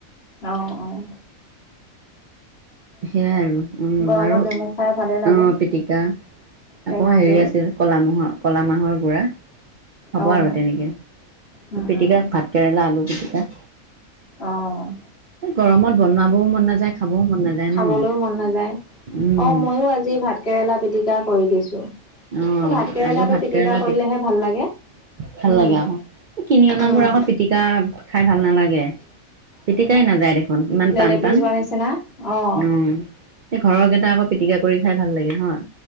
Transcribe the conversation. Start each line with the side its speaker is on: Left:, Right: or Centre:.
Left: অঁ অঁ।
Right: সেইয়াই আৰু উম
Left: গৰমত
Right: আৰু
Left: নেমু খাই ভালে লাগে,
Right: অঁ পিটিকা।
Left: টেঙা
Right: আকৌ হেৰি
Left: জোল।
Right: আছিল কলা মাহৰ কলা মাহৰ গুড়া। হ'ব
Left: অ',
Right: আৰু তেনেকে,
Left: উম,
Right: পিটিকা
Left: উম।
Right: ভাত কেৰেলা আলু পিটিকা।
Left: অঁ।
Right: এ গৰমত বনাৱাও মন নাযায় খাবও মন নাযায়
Left: খাবলৈও
Right: ন,
Left: মন নাযায়।
Right: উম।
Left: অ', ময়ো আজি ভাত কেৰেলা পিটিকা কৰি দিছো,
Right: অঁ
Left: ভাত কেৰেলাটো
Right: আলু ভাত
Left: পিটিকা
Right: কেৰেলা
Left: কৰিলেহে ভাল লাগে।
Right: ভাল
Left: উম,
Right: লাগে অঁ। কিনি অনাবোৰ
Left: উম,
Right: আকৌ পিটিকা খায় ভাল নালাগে, পিটিকাই নাযায় দেখোন ইমান
Left: জেলেপি
Right: টান টান
Left: যোৱা নিছিনা অঁ।
Right: উম, এই ঘৰৰ কেইটা আকৌ পিটিকা কৰি খায় ভাল লাগে হয়।